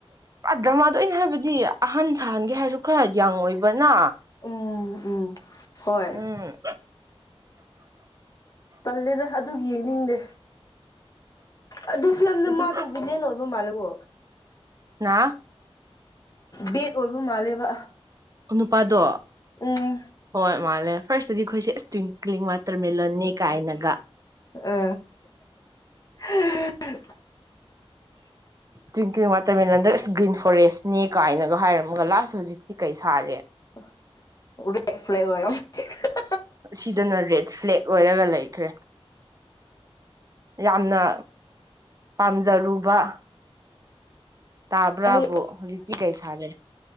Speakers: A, on the right; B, on the left.
A: ꯗ꯭ꯔꯃꯥꯗꯣ ꯑꯩꯅ ꯍꯥꯏꯕꯗꯤ ꯑꯍꯟ ꯁꯥꯍꯟꯒꯦ ꯍꯥꯏꯔ ꯗꯨ ꯈꯔ ꯌꯪ ꯑꯣꯏꯕꯅ
B: ꯎꯝ ꯎꯝ ꯍꯣꯏ
A: ꯎꯝ
B: ꯇꯜꯂꯦꯗ ꯑꯗꯨꯒꯤ ꯌꯦꯡꯅꯤꯡꯗꯦ ꯑꯗꯨ ꯐꯤꯂꯝꯗ
A: ꯑꯗꯨꯅ
B: ꯃꯥꯗꯣ ꯚꯤꯂꯤꯌꯟ ꯑꯣꯏ ꯃꯥꯜꯂꯦꯀꯣ
A: ꯅꯥ
B: ꯕꯦꯠ ꯑꯣꯏꯕ ꯃꯥꯜꯂꯦꯕ
A: ꯅꯨꯄꯥꯗꯣ
B: ꯎꯝ
A: ꯍꯣꯏ ꯃꯥꯂꯦ ꯐꯥꯔꯁꯇꯗꯤ ꯑꯩꯈꯣꯏꯁꯦ ꯏꯁ ꯇꯨꯋꯤꯡꯀ꯭ꯂꯤꯡ ꯋꯥꯇꯔ ꯃꯦꯂꯟꯅꯦ ꯀꯥꯏꯅꯒ
B: ꯑ ꯍꯥꯍꯥ
A: ꯇꯨꯋꯤꯡꯀ꯭ꯂꯤꯡ ꯋꯥꯇꯔꯃꯦꯂꯟꯗꯣ ꯏꯁ ꯒ꯭ꯔꯤꯟ ꯐꯣꯔꯦꯁꯅꯦ ꯀꯥꯏꯅꯒ ꯍꯥꯏꯔꯝꯃꯒ ꯂꯥꯁ ꯍꯧꯖꯤꯛꯇꯤ ꯀꯩ ꯁꯥꯔꯦ
B: <unintelligible>
A: ꯁꯤꯗꯅ ꯔꯦꯠ ꯐ꯭ꯂꯦꯛ ꯑꯣꯏꯔꯒ ꯂꯩꯈ꯭ꯔꯦ ꯌꯥꯝꯅ ꯄꯥꯝꯖꯔꯨꯕ ꯇꯥꯕ꯭ꯔꯥꯕꯨ
B: ꯑꯩ
A: ꯍꯧꯖꯤꯛꯇꯤ ꯀꯩ ꯁꯥꯔꯦ